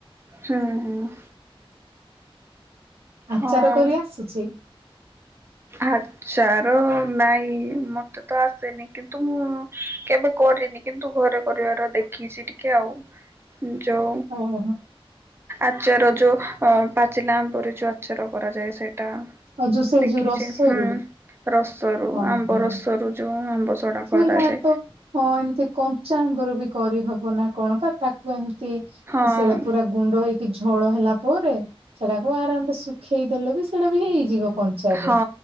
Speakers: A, on the right; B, on the right.
A: ହଁ ହୁଁ।
B: ଆଚାର
A: ହଁ।
B: କରି ଆସୁଛି?
A: ଆଚାର ନାଇଁ ମତେ ତ ଆସେନି କିନ୍ତୁ ମୁଁ-ଉ-ଉ କେବେ କରିନି କିନ୍ତୁ ଘରେ କରିବାର ଦେଖିଛି ଟିକେ ଆଉ। ଯଉ
B: ଓହୋ
A: ଆଚାର ଯୋଉ ଅ ପାଚିଲା ଆମ୍ବ ରେ ଯୋଉ ଆଚାର କରାଯାଏ ସେଇଟା।
B: ଆଉ ଯୋଉ ସେ
A: ଦେଖିଛି
B: ଯୋଉ ରସରୁ
A: ହୁଁ ରସରୁ
B: ହଁ
A: ଆମ୍ବ
B: ହଁ
A: ରସରୁ ଯୋଉ ଆମ୍ବ ସଡା
B: ସେଇଟା
A: କରାଯାଏ
B: ତ ହଁ ଏମତି କଞ୍ଚା ଆମ୍ବର ବି କରିହବ ନା କଣ ତା ତାକୁ ଏମତି ତି
A: ହଁ।
B: ସେଇଟା ପୁରା ଗୁଣ୍ଡ ହେଇ କି ଝୋଳ ହେଲା ପରେ ସେଟାକୁ ଆରାମରେ ଶୁଖେଇଦେଲେ ବି ସେଇଟା ବି ହେଇଯିବ। କଞ୍ଚାରୁ
A: ହଁ